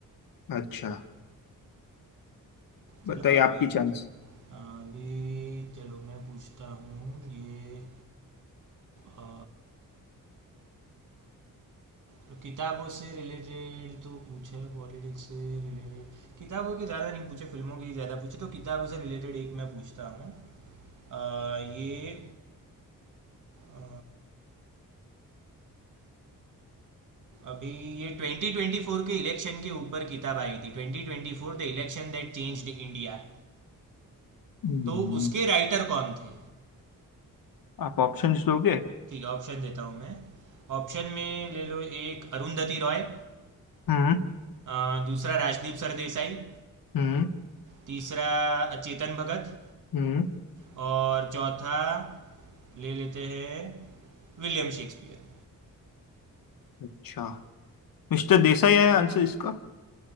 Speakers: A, on the left; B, on the right.
A: अच्छा बताइए
B: चलो अभी
A: आपकी चांस
B: अभी चलो मैं पूछता हूँ ये अ, तो किताबों से रिलेटेड तो पूछे पॉलिटिक्स से रिलेटेड किताबों के ज़्यादा नहीं पूछे फिल्मों के ज़्यादा पूछे तो किताबों से रिलेटेड एक मैं पूछता हूँ अ, ये अ, अभी ये 2024 के इलेक्शन के ऊपर किताब आई थी 2024 the election that changed India
A: हम्म
B: तो उसके राइटर कौन थे
A: आप ऑप्शंस दोगे
B: ठीक है ऑप्शन देता हूँ मैं ऑप्शन में ले लो एक अरुंधति रॉय
A: हम्म
B: अ, दूसरा राजदीप सरदेसाई
A: हम्म
B: तीसरा चेतन भगत
A: हम्म
B: और चौथा ले लेते हैं William Shakespeare
A: अच्छा मिस्टर देसाई है आंसर इसका